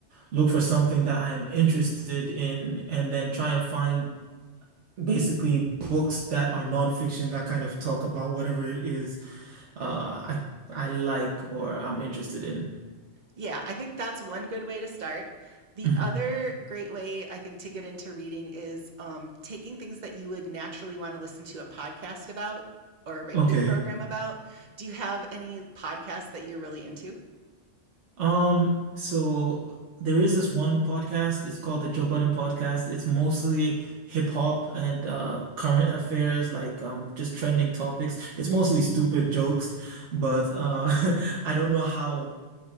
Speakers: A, on the right (about 85°); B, on the right (about 45°).
A: look for something that I am interested in, and then try and find basically books that are nonfiction that kind of talk about whatever it is uh, I I like or I'm interested in.
B: Yeah, I think that's one good way to start. The
A: hmm
B: other great way I think to get into reading is um, taking things that you would naturally want to listen to a podcast about or a radio
A: Okay.
B: program about. Do you have any podcasts that you're really into?
A: Um, so there is this one podcast. It's called the Joe Budden Podcast. It's mostly hip hop and uh current affairs, like um just trending topics. It's mostly stupid jokes, but uh <laughs> I don't know how